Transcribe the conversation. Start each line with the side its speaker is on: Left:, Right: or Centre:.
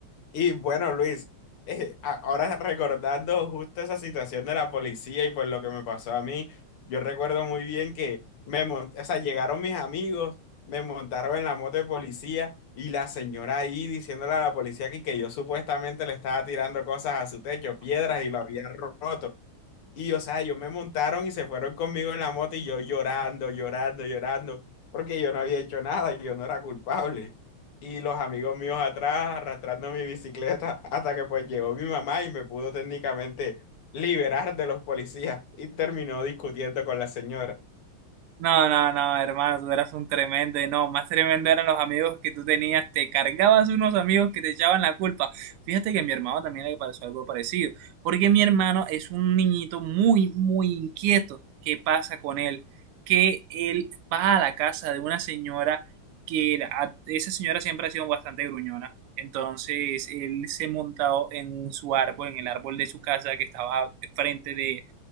Left: Y bueno, Luis, eh, a- ahora recordando justo esa situación de la policía y pues lo que me pasó a mí, yo recuerdo muy bien que me mon- o sea, llegaron mis amigos, me montaron en la moto de policía y la señora ahí diciéndole a la policía que, que yo supuestamente le estaba tirando cosas a su techo, piedras y lo había roto. Y, o sea, ellos me montaron y se fueron conmigo en la moto y yo llorando, llorando, llorando, porque yo no había hecho nada, yo no era culpable. Y los amigos míos atrás arrastrando mi bicicleta hasta que pues llegó mi mamá y me pudo técnicamente liberar de los policías y terminó discutiendo con la señora.
Right: No, no, no, hermano, tú eras un tremendo y no, más tremendo eran los amigos que tú tenías, te cargabas unos amigos que te echaban la culpa. Fíjate que a mi hermano también le pasó algo parecido, porque mi hermano es un niñito muy, muy inquieto. ¿Qué pasa con él? Que él va a la casa de una señora que la- esa señora siempre ha sido bastante gruñona. Entonces él se montó en su árbol, en el árbol de su casa que estaba frente de